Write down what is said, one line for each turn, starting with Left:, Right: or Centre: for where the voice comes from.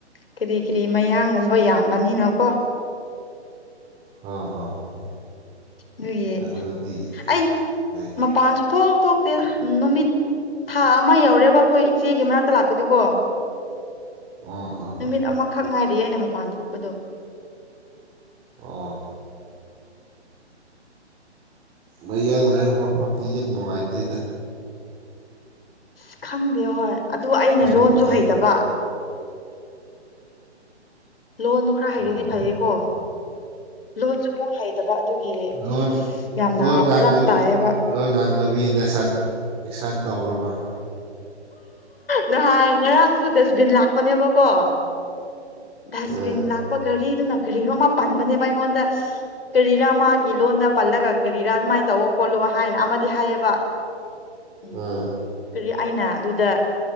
Left: ꯀꯔꯤ ꯀꯔꯤ ꯃꯌꯥꯡꯒꯨꯝꯕ ꯌꯥꯝꯕꯅꯤꯅꯀꯣ
Right: ꯍꯣ ꯍꯣ ꯍꯣꯏ
Left: ꯑꯗꯨꯒꯤ
Right: ꯑꯗꯨꯗꯤ
Left: ꯑꯩ
Right: ꯂꯩ
Left: ꯃꯄꯥꯟꯁꯨ ꯊꯣꯛ ꯊꯣꯛꯇꯦꯗ ꯅꯨꯃꯤꯠ ꯊꯥ ꯑꯃ ꯌꯧꯔꯦꯕ ꯑꯩꯈꯣꯏ ꯏꯆꯦꯒꯤ ꯃꯅꯥꯛꯇ ꯂꯥꯛꯄꯗꯨꯀꯣ
Right: ꯑꯣꯑꯣ
Left: ꯅꯨꯃꯤꯠ ꯑꯃꯈꯛ ꯉꯥꯏꯔꯤꯌꯦ ꯑꯩꯅ ꯃꯄꯥꯟ ꯊꯣꯛꯄꯗꯣ
Right: ꯑꯣ ꯃꯌꯥꯡ <unintelligible> ꯌꯥꯝ ꯅꯨꯡꯉꯥꯏꯇꯦꯗ
Left: ꯑꯁ ꯈꯪꯗꯦ ꯍꯣꯏ ꯑꯗꯨ ꯑꯩꯅ ꯂꯣꯟꯁꯨ
Right: ꯑꯣꯏꯗꯦ
Left: ꯍꯩꯇꯕ ꯂꯣꯟꯗꯣ ꯈꯔ ꯍꯩꯔꯗꯤ
Right: ꯑꯣ
Left: ꯐꯩꯌꯦꯀꯣ ꯂꯣꯟꯁꯨ ꯃꯨꯛ ꯍꯩꯇꯕ ꯑꯗꯨꯒꯤ <unintelligible>
Right: ꯂꯣꯟ
Left: ꯌꯥꯝꯅ
Right: ꯂꯣꯟ ꯉꯥꯡꯗ
Left: ꯐꯔꯛ ꯇꯥꯏꯌꯦꯕ
Right: ꯂꯣꯟ ꯉꯥꯡꯕꯕꯤꯗ ꯑꯦꯛꯁꯥꯟ ꯑꯦꯛꯁꯥꯟ ꯇꯧꯔꯣꯅ
Left: ꯅꯍꯥꯟ ꯉꯔꯥꯡꯁꯨ ꯗꯁꯕꯤꯟ ꯂꯥꯛꯄꯅꯦꯕꯀꯣ ꯗꯁꯕꯤꯟ
Right: ꯑꯥ
Left: ꯂꯥꯛꯄ ꯘꯔꯤꯗꯨꯅ ꯀꯔꯤꯅꯣ ꯑꯃ ꯄꯟꯕꯅꯦꯕ ꯑꯩꯉꯣꯟꯗ ꯀꯔꯤꯔꯥ ꯃꯥꯒꯤ ꯂꯣꯟꯗ ꯄꯜꯂꯒ ꯀꯦꯔꯤꯔꯥ ꯑꯗꯨꯃꯥꯏꯅ ꯇꯧꯑꯣꯈꯣꯠꯂꯣ ꯍꯥꯏꯅ ꯑꯃꯗꯤ ꯍꯥꯏꯌꯦꯕ <inaudible> ꯎꯝ
Right: ꯑꯥ
Left: ꯀꯔꯤ ꯑꯩꯅ ꯑꯗꯨꯗ